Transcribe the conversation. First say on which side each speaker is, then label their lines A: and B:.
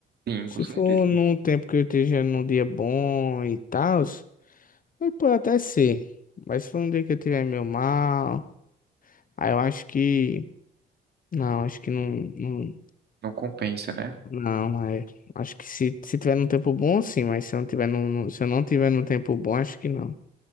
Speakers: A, on the right; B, on the left.
A: Sim,
B: Se
A: com certeza.
B: for num tempo que eu esteja num dia bom e tal, Mas Pode até ser. Mas se for um dia que eu tiver meio mal, aí eu acho que. Não, acho que não.
A: Não compensa, né?
B: Não, não é. Acho que se, se tiver num tempo bom, sim, mas se eu não tiver num, num- se eu não tiver num tempo bom, acho que não.